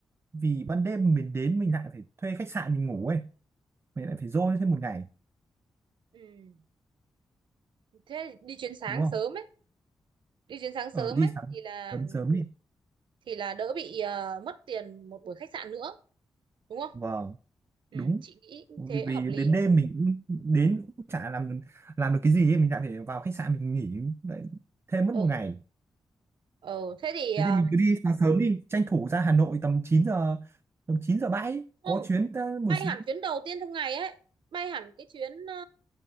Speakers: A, on the right; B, on the right.
A: vì ban đêm mình đến mình lại phải thuê khách sạn mình ngủ ấy mày lại phải dôi thêm một ngày
B: ừ, thế thì đi chuyến sáng
A: đúng không
B: sớm ấy, đi chuyến sáng sớm
A: ờ đi
B: ấy
A: sáng
B: thì là
A: sớm
B: um,
A: sớm đi
B: thì là đỡ bị ờ, mất tiền một buổi khách sạn nữa, đúng không?
A: vâng
B: Ừ,
A: đúng
B: chị nghĩ thế
A: vì
B: hợp lý.
A: đến đêm mình cũng- đến cũng chả làm làm được cái gì ấy. mình lại phải vào khách sạn mình nghỉ lại thêm mất
B: Ừ,
A: một ngày
B: ừ thế thì
A: thế
B: um,
A: thì mình cứ đi sáng sớm đi tranh thủ ra Hà Nội tầm chín giờ tầm 9 giờ bãi
B: không
A: có chuyến tới buổi
B: bay
A: sáng
B: hẳn chuyến đầu tiên trong ngày ấy bay hẳn cái chuyến ờ,